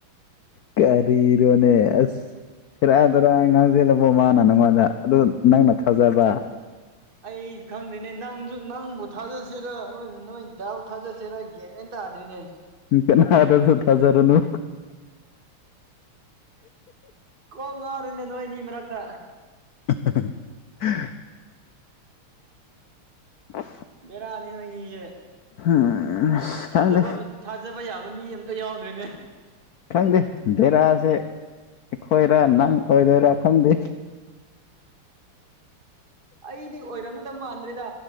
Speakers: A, on the left (about 80°); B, on the right (about 25°).
A: ꯀꯔꯤꯔꯣꯅꯦ ꯑꯁ ꯁꯦꯔꯥꯟ ꯇꯨꯔꯥꯟ ꯉꯥꯡꯁꯜꯂꯕꯣ ꯃꯥꯅ ꯅꯪꯉꯣꯟꯗ ꯑꯗꯨ ꯅꯪꯅ ꯊꯥꯖꯕ
B: ꯑꯩ ꯈꯪꯗꯦꯅꯦ ꯅꯪꯁꯨ ꯅꯪꯕꯨ ꯊꯥꯖꯠꯁꯤꯔ ꯅꯣꯏ ꯅꯣꯏ ꯗꯥꯕꯨ ꯊꯥꯖꯁꯤꯔ ꯒ꯭ꯌꯥꯟꯃꯦꯟ ꯠꯇꯥꯗ꯭ꯔꯅꯦ
A: ꯏ ꯀꯅ ꯑꯔꯗ ꯍꯖꯔꯣꯅꯨ
B: ꯀꯣꯛ ꯉꯥꯔꯦꯅꯦ ꯅꯣꯏ ꯑꯅꯤ ꯃꯔꯛꯇ
A: <unintelligible> ꯑ
B: ꯕꯔꯥꯅꯤ ꯅꯣꯏꯅꯤꯁꯦ
A: ꯎꯝ
B: ꯊꯥꯖꯕ
A: ꯈꯪꯗꯦ
B: ꯊꯥꯖꯕ ꯌꯥꯕ ꯃꯤ ꯑꯃꯝꯇ ꯌꯥꯎꯗ꯭ꯔꯦꯅꯦ
A: ꯈꯪꯗꯦ ꯗꯦꯔꯥꯁꯦ ꯑꯩꯈꯣꯏꯔꯥ ꯅꯪ ꯑꯣꯏꯗꯧꯔ ꯊꯗꯤ
B: ꯑꯩꯗꯤ ꯑꯣꯏꯔꯝꯒꯨꯗꯕ ꯃꯥꯟꯗ꯭ꯔꯦꯗ